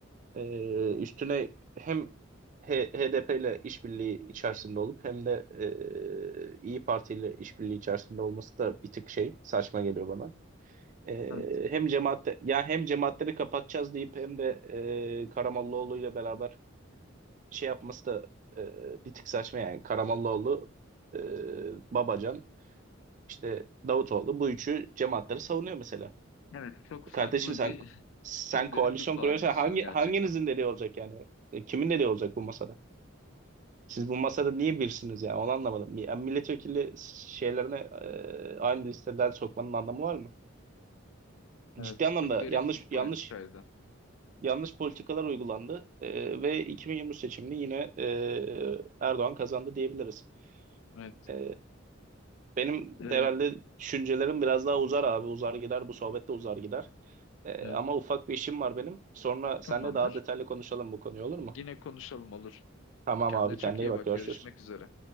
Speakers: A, on the right (about 40°); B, on the left (about 65°).
A: E, üstüne hem H- HDP ile işbirliği içerisinde olup hem de e, İyi Parti ile işbirliği içerisinde olması da bir tık şey saçma geliyor bana. E,
B: Evet.
A: hem cemaat ya hem cemaatleri kapatacağız deyip hem de e, Karamollaoğlu ile beraber şey yapması da e, bir tık saçma yani. Karamollaoğlu, e, Babacan işte Davutoğlu bu üçü cemaatleri savunuyor mesela.
B: Evet, çok
A: E
B: farklı
A: Kardeşim sen
B: bir,
A: sen
B: çok
A: koalisyon
B: garip bir koalisyon
A: kuruyorsan hangi
B: gerçekten.
A: hanginizin dediği olacak yani? E Kimin dediği olacak bu masada? Siz bu masada niye birsiniz yani Onu anlamadım. Ya milletvekili şeylerine e, aynı listeden sokmanın anlamı var mı?
B: Evet,
A: Ciddi anlamda
B: çok garip
A: yanlış
B: bir politikaydı.
A: yanlış yanlış politikalar uygulandı E, ve 2023 seçimini yine e, Erdoğan kazandı diyebiliriz.
B: Evet,
A: E, benim
B: Ee,
A: herhalde düşüncelerim biraz daha uzar abi. Uzar gider bu sohbette uzar gider. Ee,
B: evet,
A: ama ufak bir işim var benim. Sonra seninle
B: tamamdır.
A: daha detaylı konuşalım bu konuyu olur mu?
B: Yine konuşalım olur.
A: Tamam
B: Kendine
A: abi kendine
B: çok iyi
A: iyi bak
B: bak.
A: görüşürüz.
B: Görüşmek üzere.